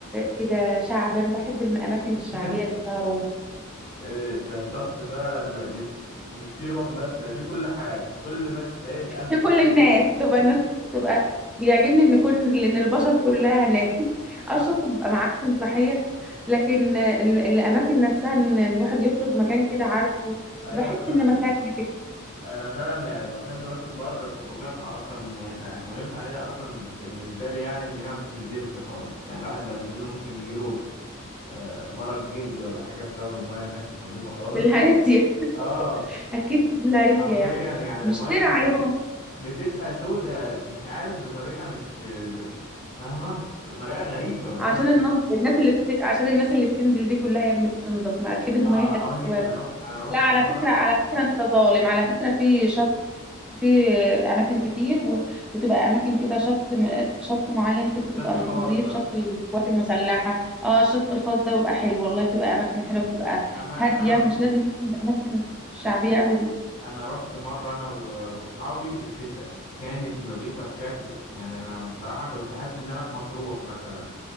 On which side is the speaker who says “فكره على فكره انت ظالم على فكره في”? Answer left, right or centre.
Centre